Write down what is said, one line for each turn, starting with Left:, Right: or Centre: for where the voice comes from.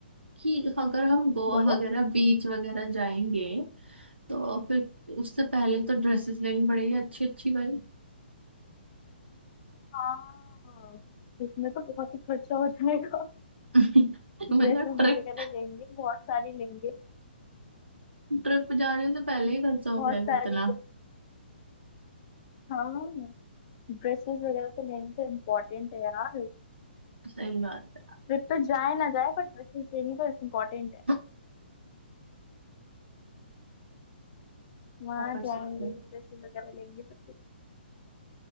Right: कि अगर हम गोवा
Left: बोलो
Right: वगैरह बीच वगैरह जाएंगे तो फिर उससे पहले तो ड्रेसेस लेनी पड़ेगी अच्छी अच्छी भाई
Left: हाँ उसमें तो बहुत ही खर्चा हो जाएगा
Right: <laughs> मतलब
Left: ड्रेसेस
Right: ट्रिप
Left: वगैरह लेंगे बहुत सारी लेंगे
Right: ट्रिप जाने से पहले ही खर्चा हो
Left: बहुत
Right: जाएगा
Left: सारी
Right: इतना
Left: ड्रे- हाँ ड्रेसेस वगैरह तो लेनी तो इम्पोर्टेंट है यार
Right: सही बात है
Left: ट्रिप पे जाए ना जाए पर ड्रेसेस लेनी तो इम्पोर्टेंट है
Right: क्या
Left: वहाँ
Right: कर
Left: जाएंगे
Right: सकते हैं
Left: ड्रेसेस वगैरह लेंगे सब कुछ